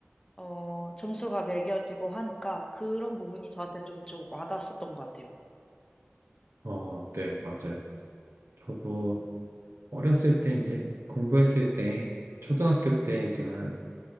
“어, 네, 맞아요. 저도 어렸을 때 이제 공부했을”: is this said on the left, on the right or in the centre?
Right